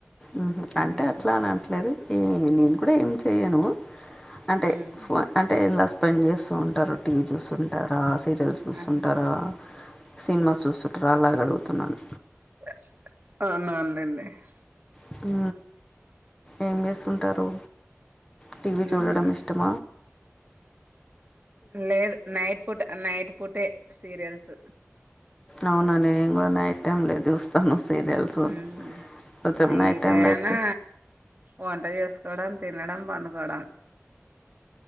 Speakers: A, on the left (about 15°); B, on the right (about 35°).
A: మ్మ్ఉహ్మ్ అంటే
B: ఉమ్
A: అట్లనే అను ట్లేదు ఏ నేను కూడా ఏం చేయను అంటే
B: ఉమ్
A: ఫోనే అంటే ఇలా స్పెండ్ చేస్తూ ఉంటారు టీవీ చూస్తుంటారా సీరియల్స్ చూస్తుంటారా
B: ఆహా
A: సినిమా చూస్తుంటార అలాగడుగుతున్నాను
B: <unintelligible>
A: హు ఏం చేేస్తుంటారు టీవీ
B: ఉమ్
A: చూడడం ఇష్టమ
B: లేదు నైట్ పూట నైట్ పూటే సీరియల్స్
A: అవునండి <unintelligible> నైట్ టై లో చూస్తాను సీరియల్స్
B: ఉమ్
A: కొంచం నైట్
B: ఈ
A: టైమ్
B: టైనా
A: లో అయితే
B: వంట చేసుకోవడం తినడం పడుకోవడ <unintelligible>